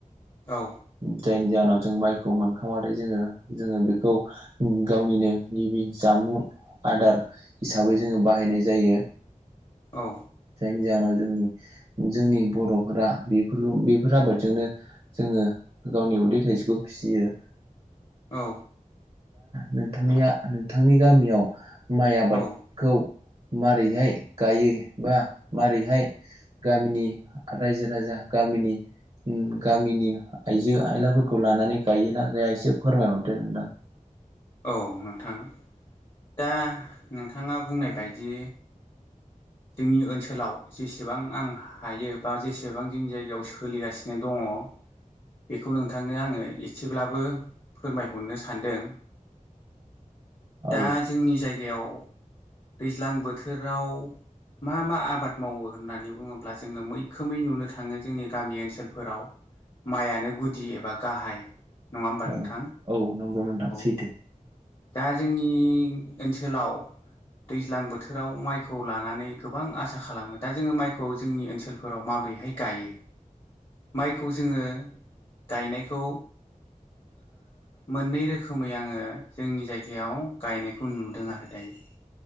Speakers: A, on the left (about 35°); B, on the right (about 45°).
A: औ
B: जायनि जाहोनाव जों माइखौ मोनखांबाथाय जोङो जोङो बेखौ गावनिनो गिबि जामुं आदार हिसाबै जोङो बाहायनाय जायो
A: औ
B: जायनि जाहोनाव जोंनि जोंनि बरफोरा बेफोर बेफोर आबादजोंनो जों जोङो गावनि उदै थाइसेखौ फिसियो।
A: औ
B: नोंथांनिया नोंथांनि गामियाव माइ आबादखौ
A: औ
B: मारैहाय गायो। बा मारैहाय गामिनि रायजो राजा गामिनि गामिनि आइजो आयलाफोरखौ लानानै गायोना गाया एसे फोरमायहरदो नोंथां।
A: औ नोंथां दा नोंथाङा बुंनाय बायदि जोंनि ओनसोलाव जेसेबां आं हायो बा जेसेबां जोंनि जायगायाव सोलिगासिनो दङ। <unintelligible> बेखौ नोंथांनो आङो एसेब्लाबो फोरमायहरनो सानदों।
B: औ
A: दा जोंनि जायगायाव दैज्लां बोथोराव मा मा आबाद मावो होननानै बुङोब्ला जोङो मैखोमै नुनो थाङो जोंनि गामि ओनसोलफोराव माइआनो गुदि एबा गाहाय नङा होमबा
B: औ
A: नोंथां?
B: औ नंगौ नोंथां
A: औ
B: सैथो।
A: दा जोंनि ओनसोलाव दैज्लां बोथोराव माइखौ लानानै गोबां आसा खालामो दा जोङो माइखौ जोंनि ओनसोलफोराव माब बोरैहाय गायो माइखौ जोङो गायनायखौ मोननै रोखोमै आङो जोंनि जायगायाव गायनायखौ नुदों आरो दायो।